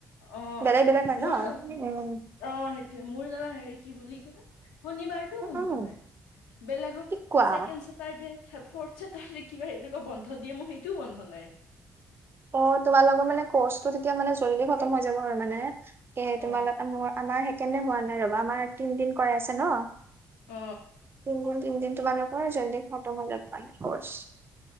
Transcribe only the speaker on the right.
বেলেগ বেলেগ
হয়
ন উম।
উম
কি কোৱা
অ তোমালোকৰ মানে কৰ্চটো তেতিয়া মানে জল্দি খতম হৈ যাব আৰু মানে৷ এ
তোমালোক আম আমাৰ সেইকাৰণে হোৱা নাই ৰবা আমাৰ তিনদিন কৰাই আছে ন৷
দুই তিনদিন তোমালোকৰ যইন্ধিগ খতম হয় যাব বছ <unintelligible>